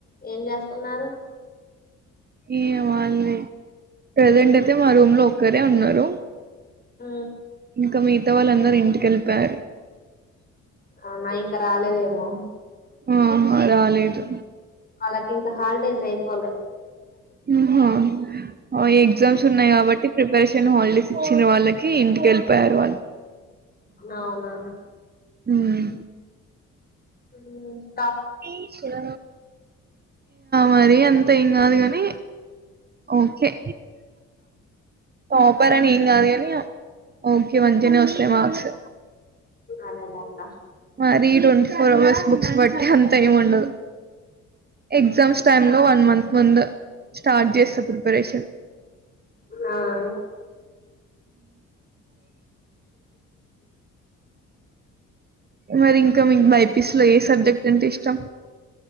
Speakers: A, on the left; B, on the right.
A: ఏం చేస్తున్నారు
B: ఏ అ వాల్ ప్రజెంట్ అయితే మా రూమ్ లో ఒక్కరే ఉన్నారు
A: ఆ
B: ఇంకా మిగతా వాళ్ళందరూ ఇంటికెలిపాయారు
A: అవునా ఇంకా రాలేదేమో
B: ఉ హ రాలేదు
A: వాళ్ళకి ఇంకా హాలిడేస్ అయిపోలే
B: ఉ హా ఓ ఎగ్జామ్స్ ఉన్నాయి కాబట్టి ప్రిపరేషన్ హాలిడేస్ ఇచ్చిన వాళ్ళకి కి ఇంటికి వెళ్లిపోయారు వాళ్ళు
A: నవునా
B: హ్మ్.
A: ఉ
B: ఇగ మరి అన్ తే ఏం గాదు గాని ఓకే టాపర్ అని ఏం గాదు కాని య ఓకే మంచినే వస్తాయి మార్క్స్
A: అనేనే అక్క
B: మరి ట్వంటీ ఫోర్ అవర్స్ బుక్స్ బట్టే అంత ఏమి ఉండదు ఎగ్జామ్స్ టైమ్ లో వన్ మంత్ ముందు స్టార్ట్ చేస్తా ప్రిపరేషన్
A: ఆ
B: మరి ఇంకా మీకు బైపీస్ లో ఏ సబ్జెక్ట్ అంటే ఇష్టం